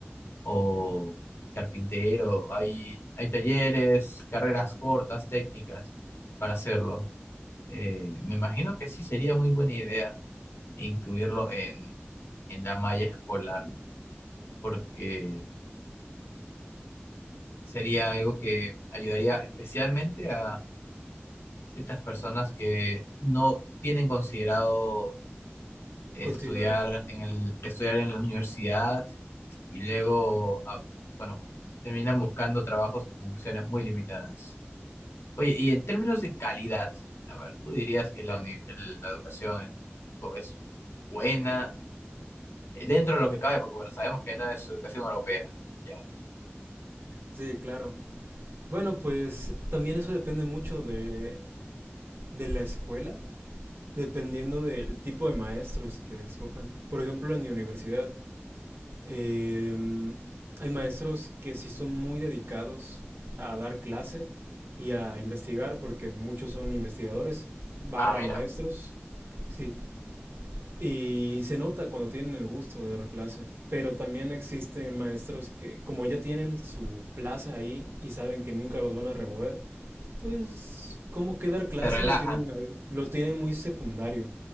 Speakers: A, on the left; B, on the right.
A: o carpintero, hay, hay talleres, carreras cortas, técnicas para hacerlo. Eh, me imagino que sí sería muy buena idea incluirlo en, en la malla escolar. porque sería algo que ayudaría especialmente a ciertas personas que no tienen considerado eh,
B: Continuar.
A: estudiar en el, estudiar en la universidad y luego, ah, bueno, terminan buscando trabajos con funciones muy limitadas. Oye, y en términos de calidad, a ver, ¿tú dirías que la, uni- el- la educación en México es buena? Eh, Dentro de lo que cabe, porque bueno, sabemos que no es educación europea. Ya.
B: Sí, claro. Bueno, pues también eso depende mucho de, de la escuela, dependiendo del tipo de maestros que escojan. Por ejemplo, en mi universidad Eh, hay maestros que sí son muy dedicados a dar clase y a investigar, porque muchos son investigadores, barra
A: Ah, mira,
B: maestros, sí. Y se nota cuando tienen el gusto de dar clase, pero también existen maestros que como ya tienen su plaza ahí y saben que nunca los van a remover, pues como que dar clase
A: se relajan.
B: lo tienen, algo- lo tienen muy secundario.